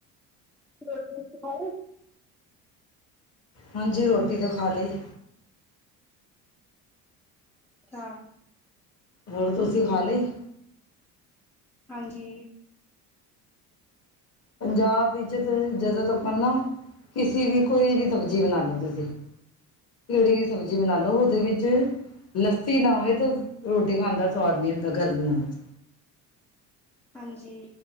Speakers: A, in the centre; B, on the left.
A: ਰੋਟੀ-ਰੁਟੀ ਖਾਂਲੀ?
B: ਹਾਂਜੀ, ਰੋਟੀ ਤੋਂ ਖਾ ਲਈ।
A: ਹਾਂ।
B: ਹੋਰ ਤੁਸੀਂ ਖਾ ਲਈ?
A: ਹਾਂਜੀ।
B: ਪੰਜਾਬ ਵਿੱਚ ਤੇ ਜਦੋਂ ਤ ਆਪਾ ਨਾ, ਕਿਸਸੀ ਵੀ, ਕੋਈ ਵੀ ਸਬਜ਼ੀ ਬਣਾ ਲੋ ਤੁਸੀਂ, ਕਿਹੜੀ ਵੀ ਸਬਜ਼ੀ ਬਣਾ ਲੋ, ਉਹਦੇ ਵਿੱਚ ਲੱਸੀ ਨਾ ਹੋਵੇ, ਤਾਂ ਰੋਟੀ ਖਾਣ ਦਾ ਸਵਾਦ ਨਹੀਂ ਆਂਦਾ ਗਰਮੀਆਂ ਚ।
A: ਹਾਂਜੀ।